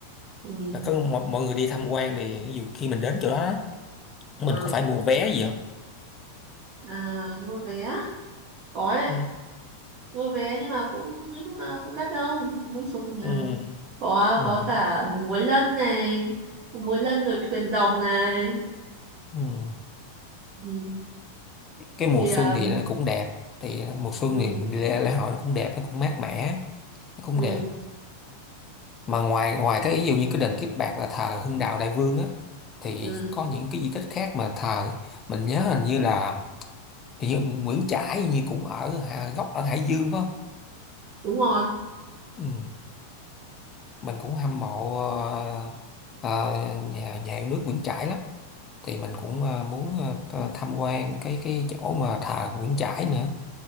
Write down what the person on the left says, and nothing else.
Là có mọi, mọi người đi tham quan thì ví dụ khi mình đến chỗ đó đó,
mình có phải mua vé gì không?
Ừ,
ừ,
ừ,
ừ.
Cái mùa
xuân
thì nó cũng đẹp, thì mùa xuân
thì mình đi lễ, lễ hội nó cũng đẹp, nó cũng mát mẻ, nó cũng
đẹp. Mà ngoài ngoài cái ví dụ như cái đền Kiếp Bạc là thờ Hưng Đạo Đại Vương á, thì
có những cái di tích khác mà thờ mình nhớ hình như là thì như Nguyễn Trãi như cũng ở Hà- gốc ở Hải Dương phải không
ừ. mình cũng hâm mộ ờ, ờ, nhà nhà yêu nước Nguyễn Trãi lắm thì mình cũng ờ, muốn ờ, tham quan cái cái chỗ mà thờ Nguyễn Trãi nữa